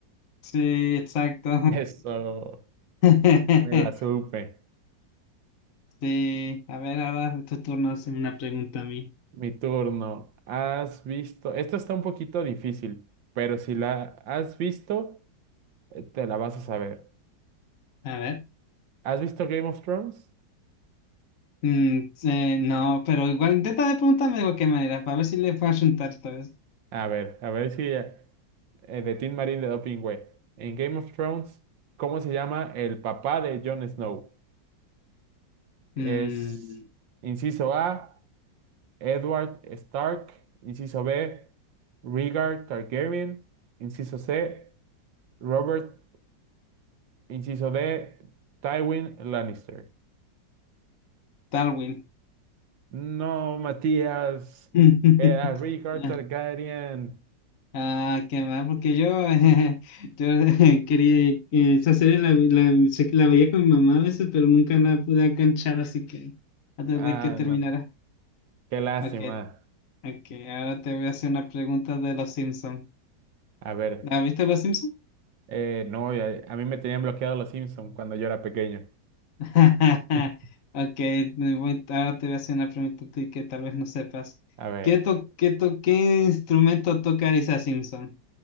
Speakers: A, on the left; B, on the right.
A: Sí, exacto.
B: <laughs> Eso
A: <laughs>
B: me la supe.
A: Sí, a ver, ahora tu turno es una pregunta a mí.
B: Mi turno. ¿Has visto? Esto está un poquito difícil, pero si la has visto, eh, te la vas a saber.
A: A ver.
B: ¿Has visto Game of Thrones?
A: Mm, eh, no, pero igual intenta de preguntarme de cualquier manera, para ver si le puedo juntar esta vez.
B: A ver, a ver si eh, de Tim Marín de Doping Way. En Game of Thrones, ¿cómo se llama el papá de Jon Snow? Es
A: Mm,
B: inciso A, Edward Stark. Inciso B, Rhaegar Targaryen. Inciso C, Robert. Inciso D, Tywin Lannister.
A: Darwin.
B: No, Matías,
A: <laughs>
B: era Rhaegar Targaryen.
A: Ah, qué mal, porque yo, <laughs> yo <laughs> quería eh, esa serie la, la, sé que la veía con mi mamá a veces, pero nunca la pude enganchar, así que antes
B: Ah,
A: de que terminara.
B: no, no. qué lástima.
A: Ok, ok, ahora te voy a hacer una pregunta de Los Simpsons.
B: A ver,
A: ¿Has visto Los Simpsons?
B: eh, no, a, a mí me tenían bloqueado los Simpsons cuando yo era pequeño.
A: <laughs>
B: <laughs>
A: Ok, me voy- ahora te voy a hacer una pregunta a ti que tal vez no sepas.
B: A ver,
A: ¿Qué, to- qué, to- qué instrumento toca Lisa Simpson?